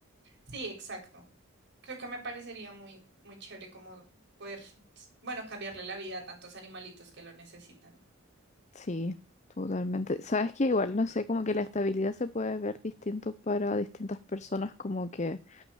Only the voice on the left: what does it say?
Sí, totalmente. Sabes que igual, no sé, como que la estabilidad se puede ver distinto para distintas personas, como que